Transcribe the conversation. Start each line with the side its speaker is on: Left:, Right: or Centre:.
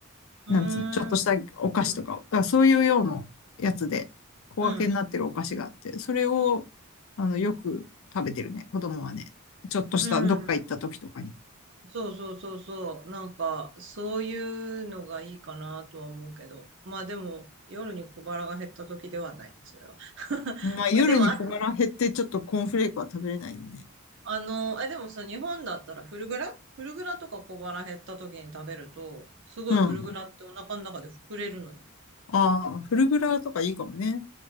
Right: うーん、
Left: なんつうの、ちょっとしたお菓子とかを。
Right: うん、
Left: だからそういうようなやつで、小分けになってるお菓子があって、
Right: うん、
Left: それを、あの、よく食べてるね、子供はね。ちょっとしたどっか行った時とかに。
Right: うん。そうそうそうそう。なんか、そういうのがいいかなとは思うけど。まあでも、夜に小腹が減った時ではないね、それは。<laughs>
Left: まあ、夜に小腹減って、
Right: まあでも、あ、
Left: ちょっとコーンフレークは食べれないよね。
Right: あの、え、でもさ、日本だったらフルグラフルグラとか小腹減った時に食べると、すごいフルグラってお腹の中で膨れるのよ。
Left: うん。ああ、フルグラとかいいかもね。